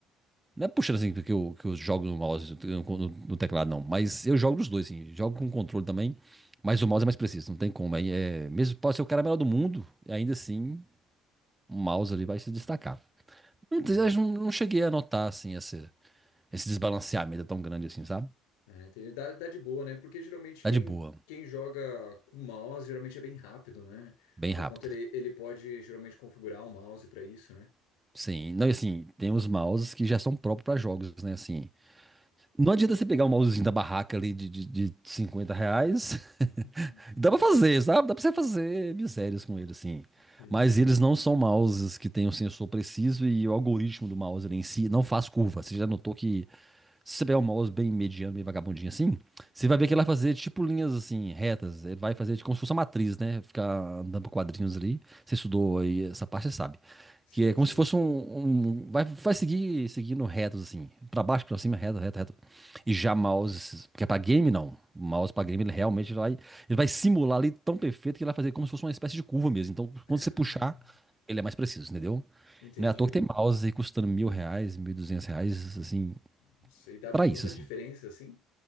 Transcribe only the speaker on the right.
Não é puxando assim que eu, que eu jogo no mouse, no, no teclado, não. Mas eu jogo nos dois, assim. Jogo com controle também. Mas o mouse é mais preciso, não tem como. Aí é, mesmo pode ser o cara melhor do mundo, ainda assim um mouse ali vai se destacar. Não,
eu não não cheguei a notar, assim, esse, esse desbalanceamento tão grande assim, sabe?
Tá
de boa,
bem
rápido.
Sim, não, e assim, tem os mouses que já são próprios para jogos, né? Assim, Não adianta você pegar um mousezinho da barraca ali de, de, de 50 reais.
<laughs> Dá pra fazer, sabe? Dá pra você fazer misérias com ele, assim.
Mas eles não são mouses que têm um sensor preciso e o algoritmo do mouse ali em si não faz curva. Você já notou que se você pegar um mouse bem mediano, bem vagabundinho assim, você
vai ver que ele vai fazer tipo linhas assim, retas. Ele vai fazer como se fosse uma matriz, né? Ficar andando por quadrinhos ali. Você estudou aí essa parte, você sabe.
Que é como
se fosse um. um- vai, vai seguir seguindo retos, assim. Pra baixo, pra cima, reto, reto, reto. E já mouse, porque para game não. O mouse para game ele realmente vai, ele vai simular ali tão perfeito que ele vai fazer como se fosse uma espécie de curva mesmo. Então,
quando você puxar, ele é mais preciso, entendeu?
Não é à toa que tem mouse aí custando mil reais, mil e duzentos reais, assim,
para
isso, assim,